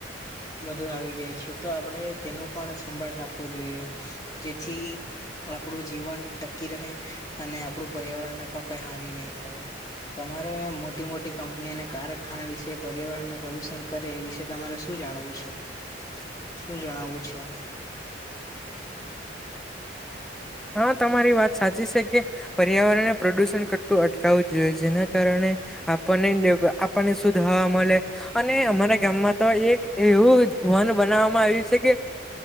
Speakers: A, on the left; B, in the centre.
A: બધું આવી જાય છે તો આપડે તેનું પણ સંભાળ રાખવું જોઈએ. જેથી. આપણું જીવન ટકી રહે અને આપણું પર્યાવરણને પણ કઈ હાનિ નહી થાય. તમારે મોટી મોટી કંપની અને કારખાના વિશે પર્યાવરણને પ્રદૂષણ કરે એ વિશે તમારે? શું જાણવું છે?
B: <inaudible>
A: શું જણાવવું છે?
B: હા તમારી વાત સાચી છે કે, પર્યાવરણને પ્રદુષણ કરટું અટકાવું જોઈએ જેના કારણે, આપણ આપણને શુંધ હવા મલે, અને અમારા ગામમાં તો એક એવું વન બનાવવામાં આવ્યું છે કે,